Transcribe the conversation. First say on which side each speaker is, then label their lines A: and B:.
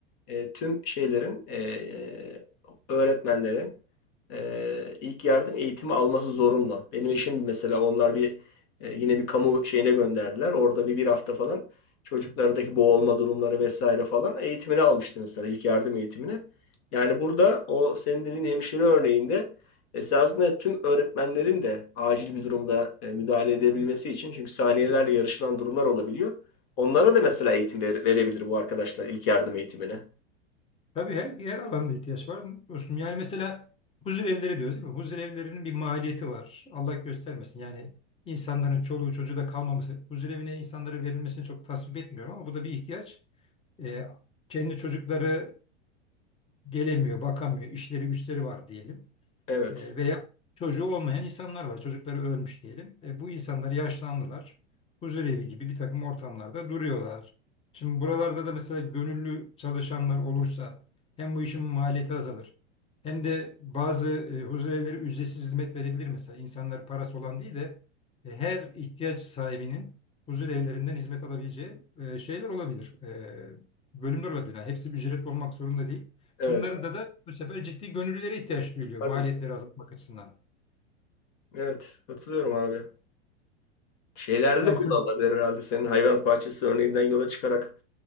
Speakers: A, on the left; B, on the left.
A: e, tüm şeylerin e, e, öğretmenlerin e, ilk yardım eğitimi alması zorunlu. Benim eşim mesela onlar bir e, yine bir kamu şeyine gönderdiler. Orada bir bir hafta falan çocuklardaki boğulma durumları vesaire falan eğitimini almıştı mesela ilk yardım eğitimini. Yani burada o senin dediğin hemşire örneğinde Esasında tüm öğretmenlerin de acil bir durumda e, müdahale edebilmesi için çünkü saniyelerle yarışılan durumlar olabiliyor. Onlara da mesela eğitim ver- verebilir bu arkadaşlar ilk yardım eğitimine.
B: Tabii her, her alanda ihtiyaç var dostum. Yani mesela huzur evleri diyoruz değil mi? Huzur evlerinin bir maliyeti var. Allah göstermesin. Yani insanların çoluğu çocuğu da kalmaması. Huzur evine insanların verilmesini çok tasvip etmiyorum ama bu da bir ihtiyaç. E, kendi çocukları gelemiyor, bakamıyor, işleri güçleri var diyelim.
A: Evet.
B: E, veya çocuğu olmayan insanlar var. Çocukları ölmüş diyelim. E, bu insanlar yaşlandılar. Huzurevi gibi bir takım ortamlarda duruyorlar. Şimdi buralarda da mesela gönüllü çalışanlar olursa hem bu işin maliyeti azalır. Hem de bazı e, huzurevleri ücretsiz hizmet verebilir mesela. İnsanlar parası olan değil de e, her ihtiyaç sahibinin huzurevlerinden hizmet alabileceği e, şeyler olabilir. E, bölümler olabilir. Yani hepsi ücretli olmak zorunda değil.
A: Evet.
B: Bunların da da bu sefer ciddi gönüllülere ihtiyaç duyuluyor
A: Tabii
B: maliyetleri
A: ki.
B: azaltmak açısından.
A: Evet. Katılıyorum abi. Şeylerde
B: Yani
A: de kullanılabilir
B: kö-
A: herhalde senin hayvan bahçesi örneğinden yola çıkarak